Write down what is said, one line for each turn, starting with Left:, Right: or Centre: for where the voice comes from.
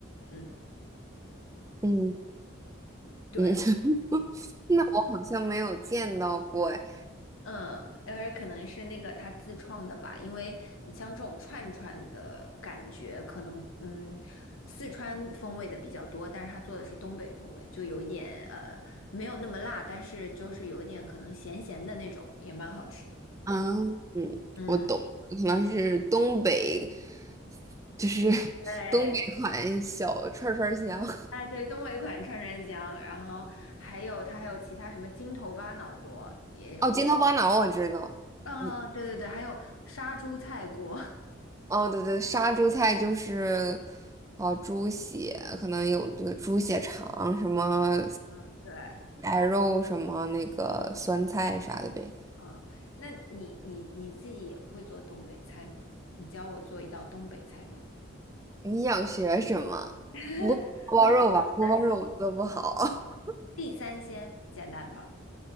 Left: 嗯。
Right: 嗯
Left: 对。
Right: 嗯，<laughs> 那我好像没有见到过哎。
Left: 嗯，呃，可能是那个他自创的吧，因为你像这种串串的感觉，可能嗯，四川风味的比较多，但是他做的是东北风味，就有一点呃，没有那么辣，但是就是有一点可能咸咸的那种，也蛮好吃的。
Right: 嗯嗯，
Left: 嗯，
Right: 我懂了可能是东北，就是 <laughs>
Left: 对，
Right: 东北款小串儿串儿香。
Left: 哎对，东北款串串香，然后还有它还有其他什么筋头巴脑锅也有，
Right: <laughs> 哦，筋头巴脑我知道。
Left: 嗯，
Right: 嗯。
Left: 对对对，还有杀猪菜锅，
Right: 哦，对对，杀猪菜就是哦，猪血可能有这个猪血肠什么
Left: <laughs> 嗯，对。
Right: 白肉什么那个酸菜啥的呗。
Left: 嗯，那你你你自己也会做东北菜吗？你教我做一道东北菜吧。
Right: 你想学什么？
Left: <laughs>
Right: 不会是锅包肉吧？
Left: 我就想着
Right: 锅包肉我做不好。<laughs>
Left: 地三鲜简单吧，